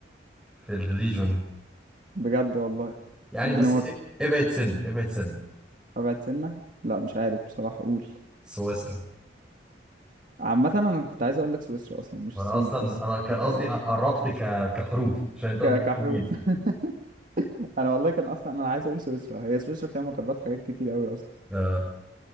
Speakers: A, in the centre; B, on the right.
A: في الريجون دي
B: بجد والله
A: يعني
B: الدنمارك
A: بس إيه- ابعد سن ابعد سن
B: ابعد سنة لا مش عارف بصراحة اقول
A: سويسرا
B: عامة انا كنت عايز اقول لك سويسرا اصلا مش
A: وانا
B: السويد
A: اصلا
B: بس
A: انا كان قصدي
B: آه،
A: قربت ك... كحروف عشان انت
B: ك-
A: قلت
B: كحروف
A: طويل
B: <laughs> انا والله كان اصلا انا عايز اقول سويسرا هي سويسرا فيها مقرات حاجات كتير قوي اصلا
A: آه.